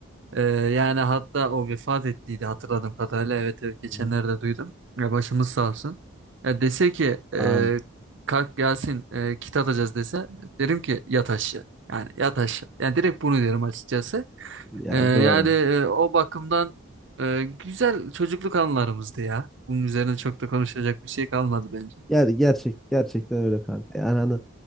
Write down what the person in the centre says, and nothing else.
Hmm,
Abi.
Ya
doğru.
Yani gerçek gerçekten öyle kanka. Yani hani